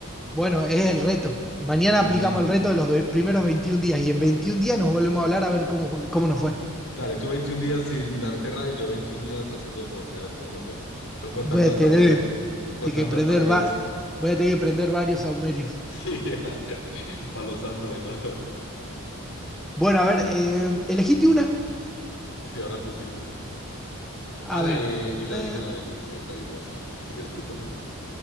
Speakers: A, in the centre; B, on the left.
A: Bueno, es el reto. Mañana
B: Ujú.
A: aplicamos el reto de los ve- primeros 21 días y en 21 días nos volvemos a hablar a ver cómo, cómo nos fue.
B: Dale, tú 21 días sin darte rabia, yo 21 días haciendo deporte, a ver cómo nos va. Recontando
A: Voy a
B: hasta
A: tener
B: diez, contando
A: te- que prender
B: hasta 10.
A: va- voy a tener que prender varios saumerios.
B: Sí, <laughs> palo santo de todo.
A: Bueno, a ver, eh, elegite una.
B: Sí, ahora tú sigues.
A: A
B: Ah, de,
A: ver.
B: yo ya
A: eh,
B: dije la del sedentarismo, así. Sigues tú con una.